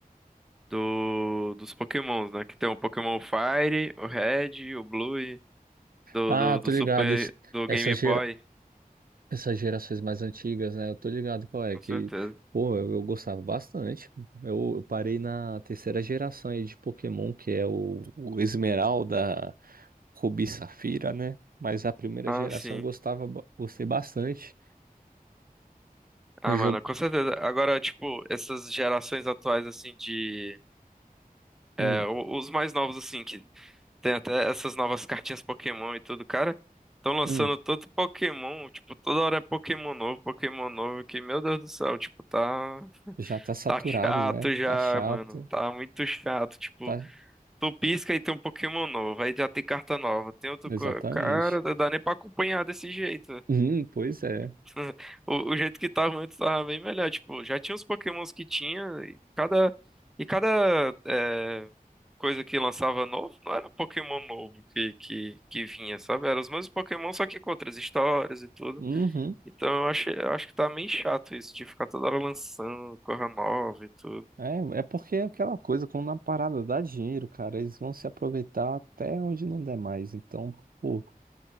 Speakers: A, in the centre; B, on the right (about 70°).
A: do, dos Pokémons, né? Que tem o Pokémon Fire, o Red, o Blue, e do,
B: Ah,
A: do, do
B: tô
A: Super,
B: ligado. Esse-
A: do
B: Essa,
A: Game
B: gera-
A: Boy,
B: essas gerações mais antigas, né? Eu tô ligado qual é,
A: com
B: que,
A: certeza.
B: pô, eu, eu gostava bastante. Eu, eu parei na terceira geração aí de Pokémon, que é o, o Esmeralda, Rubi e Safira, né? Mas a primeira
A: Ah,
B: geração
A: sim.
B: eu gostava, ba- gostei bastante.
A: Ah,
B: O jogo,
A: mano, com certeza. Agora, tipo, essas gerações atuais, assim, de.
B: hum,
A: é, o- os mais novos, assim, que Tem até essas novas cartinhas Pokémon e tudo, cara. Estão lançando
B: hum,
A: todo Pokémon, tipo, toda hora é Pokémon novo, Pokémon novo, que, meu Deus do céu, tipo, tá,
B: já tá saturado,
A: tá chato
B: né?
A: já,
B: Tá chato,
A: mano, tá muito chato, tipo,
B: tá,
A: tu pisca e tem um Pokémon novo, aí já tem carta nova, tem outro,
B: exatamente.
A: co- cara, não dá nem pra acompanhar desse jeito.
B: Hum, pois é.
A: Tipo, O, o jeito que tava antes tava bem melhor. Tipo, já tinha os Pokémons que tinha, e cada, e cada é, coisa que lançava novo, não era Pokémon novo que, que, que vinha, sabe? Era os mesmos Pokémon, só que com outras histórias e tudo.
B: Uhum.
A: Então eu acho eu acho que tá meio chato isso, de ficar toda hora lançando coisa nova e tudo.
B: É, é porque é aquela coisa, quando a parada dá dinheiro, cara, eles vão se aproveitar até onde não der mais. Então, pô,